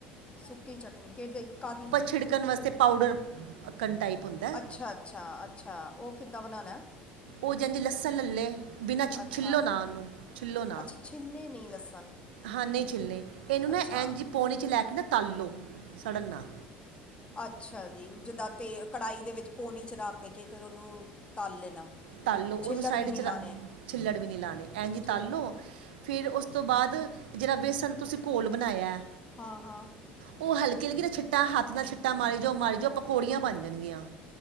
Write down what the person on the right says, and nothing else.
ਛਿੜਕਣ ਵਾਸਤੇ ਪਾਊਡਰ ਕੰਨ ਟਾਈਪ ਹੁੰਦਾ ਹੈ।
ਓ ਜੇ ਲੱਸਣ ਲੈਲੇ ਬਿਨਾਂ ਛ
ਛਿੱਲੋ ਨਾ ਓਨੂੰ ਛਿੱਲੋ ਨਾ।
ਹਾਂ ਨਹੀਂ ਛਿੱਲਣੇ ਇਹਨੂੰ ਨਾ
ਇਂਜ ਈ ਪਾਉਣੀ 'ਚ ਲੈ ਕੇ ਨਾ ਤਲ ਲੋ ਸੜਨ ਨਾਲ
ਤਲ ਲੋ
ਉਹਨੂੰ ਸਾਈਡ
ਚ
ਛਿੱਲੜ ਵੀ ਨੀ ਲਾਉਣੇ ਐਂ ਜੀ
ਤਲ ਲੋ
ਫਿਰ ਉਸ ਉਸ ਤੋਂ ਬਾਅਦ ਜਿਹੜਾ ਵੇਸਣ ਤੁਸੀਂ ਘੋਲ ਬਣਾਇਆ ਐ
ਉਹ ਹਲਕੀ ਹਲਕੀ ਨਾ ਛਿੱਟਾ ਹੱਥ ਨਾਲ ਛਿੱਟਾ ਮਾਰੀ ਜਾਓ ਮਾਰੀ ਜਾਓ ਪਕੌੜੀਆਂ ਬਣ ਜਾਣਗੀਆਂ